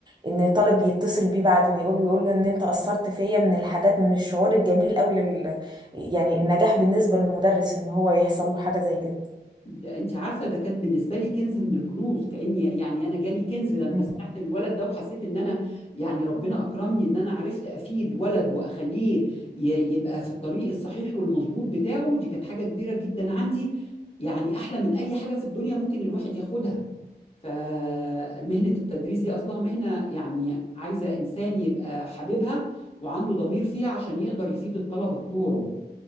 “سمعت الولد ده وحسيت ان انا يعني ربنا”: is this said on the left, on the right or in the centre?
Left